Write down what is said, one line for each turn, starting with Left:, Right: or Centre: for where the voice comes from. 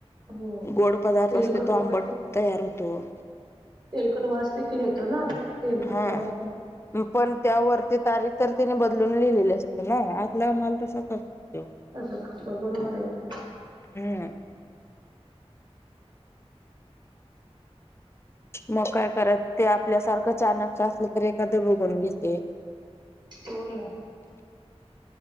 Right: हो
Left: गोड पदार्थ
Right: तेलकट
Left: असते तो आंबट
Right: वास
Left: तयार होतो.
Right: तेलकट वास देखील येतो ना? तेलकट
Left: हा
Right: पदार्थांचा
Left: पण त्यावर ते तारीख तर त्याने बदलून लिहिलेली असते ना आतला माल तसाच असतो त्यो.
Right: कशाचा? हो बरोबर आहे तुमचं.
Left: हम्म. मग काय करायच ते आपल्यासारखं चाणाक्ष असलं तरी एखादं बघून घेतंय.
Right: हो ना.